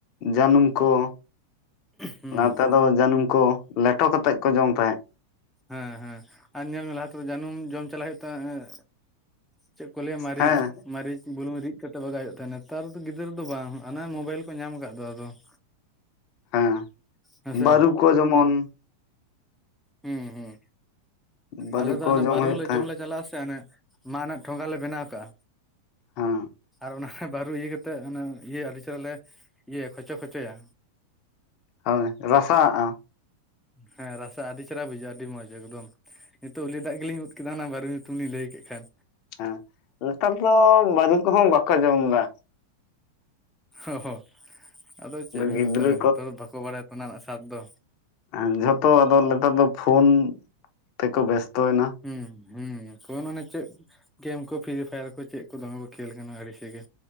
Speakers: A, on the left; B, in the centre.
A: ᱡᱟᱹᱱᱩᱢ ᱠᱚ,
B: ᱦᱩᱸ
A: ᱱᱮᱛᱟ ᱫᱚ ᱡᱟᱹᱱᱩᱢ ᱠᱚ ᱞᱮᱴᱚ ᱠᱟᱛᱮᱫ ᱠᱚ ᱡᱚᱢ ᱛᱟᱦᱮᱸᱫ᱾
B: ᱦᱮᱸ ᱦᱮᱸ ᱟᱨ ᱧᱮᱞ ᱢᱮ ᱞᱟᱦᱟ ᱛᱮᱫᱚ ᱡᱟᱹᱱᱩᱢ ᱡᱚᱢ ᱪᱟᱞᱟᱜ ᱦᱩᱭᱩᱜ ᱛᱟᱦᱮᱡ ᱪᱮᱫ ᱠᱚ ᱞᱟᱹᱭᱟ ᱢᱟᱹᱨᱤᱪ
A: ᱦᱮᱸ
B: ᱢᱟᱹᱨᱤᱪ ᱵᱩᱞᱩᱝ ᱨᱤᱫ ᱠᱟᱛᱮᱫ ᱵᱟᱜᱟᱜ ᱦᱩᱭᱩᱜ ᱛᱟᱦᱮᱸᱫ ᱱᱮᱛᱟᱨ ᱫᱚ ᱜᱤᱫᱽᱨᱟᱹ ᱫᱚ ᱵᱟᱝ ᱦᱟᱱᱟ ᱢᱳᱵᱟᱭᱤᱞ ᱠᱚ ᱧᱟᱢ ᱟᱠᱟᱫ ᱫᱚ ᱾
A: ᱦᱮᱸ
B: ᱦᱮᱸ ᱥᱮ
A: ᱵᱟᱹᱨᱩ
B: ᱵᱟᱝ
A: ᱠᱚ ᱡᱮᱢᱚᱱ
B: ᱦᱩᱸ ᱦᱩᱸ,
A: ᱵᱟᱹᱨᱩ
B: ᱟᱞᱮ ᱫᱚ
A: ᱠᱚ
B: ᱦᱟᱱᱮ ᱵᱟᱹᱨᱩᱞᱮ
A: ᱦᱩᱭᱩᱜ ᱛᱟᱦᱮᱸᱫ
B: ᱡᱚᱢ ᱞᱮ ᱪᱟᱞᱟᱜ ᱟᱥᱮ ᱦᱟᱱᱮ, ᱢᱟᱜ ᱨᱮᱱᱟᱜ ᱴᱷᱚᱸᱜᱟ ᱞᱮ ᱵᱮᱱᱟᱣ ᱠᱟᱜᱼᱟ᱾
A: ᱦᱚᱸ
B: ᱚᱱᱟᱨᱮ ᱵᱟᱹᱨᱩ ᱤᱭᱟᱹ ᱠᱟᱛᱮᱫ ᱚᱱᱮ ᱤᱭᱟᱹ ᱟᱹᱰᱤ ᱪᱮᱦᱨᱟᱞᱮ ᱤᱭᱟᱹᱭᱟ ᱠᱷᱚᱪᱚ ᱠᱷᱪᱚᱭᱟ᱾
A: ᱦᱳᱭ ᱨᱟᱥᱟᱜᱼᱟ?
B: ᱦᱮᱸ ᱨᱟᱥᱟ ᱟᱹᱰᱤ ᱪᱮᱦᱮᱨᱟ ᱵᱩᱡᱷᱟᱹᱜᱼᱟ ᱟᱹᱰᱤ ᱢᱚᱸᱡᱽ ᱮᱠᱫᱚᱢ᱾ ᱱᱤᱛᱚᱜ ᱩᱞᱤ ᱫᱟᱜ ᱜᱮᱞᱤᱧ ᱩᱫ ᱠᱮᱫᱟ ᱚᱱᱟ ᱵᱟᱹᱨᱩ ᱧᱩᱛᱩᱢ ᱞᱤᱧ ᱞᱟᱹᱭ ᱠᱮᱫ ᱠᱷᱟᱱ᱾
A: ᱦᱮᱸ ᱱᱮᱛᱟᱨ ᱫᱚ ᱵᱟᱹᱨᱩ ᱠᱚᱦᱚᱸ ᱵᱟᱠᱚ ᱡᱚᱢ ᱫᱟ᱾
B: ᱚ ᱦᱚ ᱟᱫᱚ ᱪᱮᱫ ᱵᱤᱱ
A: ᱜᱤᱫᱽᱨᱟᱹ
B: ᱢᱮᱛᱟ ᱠᱚ ᱡᱷᱚᱛᱚ ᱫᱚ ᱵᱟᱠᱚ ᱵᱟᱲᱟᱭᱟ ᱛᱚ ᱚᱱᱟ ᱨᱮᱱᱟᱜ ᱥᱟᱫ ᱫᱚ᱾
A: ᱟᱸ, ᱡᱷᱚᱛᱚ ᱟᱫᱚ ᱱᱮᱛᱟᱨ ᱫᱚ ᱯᱷᱳᱱ ᱛᱮᱠᱚ ᱵᱮᱥᱛᱚᱭᱮᱱᱟ᱾
B: ᱦᱩᱸ ᱦᱩᱸ ᱯᱷᱳᱱ ᱢᱟᱱᱮ ᱪᱮᱫ ᱜᱮᱢ ᱠᱚ ᱯᱷᱨᱤ ᱯᱷᱟᱭᱟᱨ ᱠᱚ ᱪᱮᱫ ᱠᱚ ᱫᱚᱢᱮ ᱠᱚ ᱠᱷᱮᱹᱞ ᱠᱟᱱᱟ ᱟᱹᱲᱤᱥᱤᱜᱮ᱾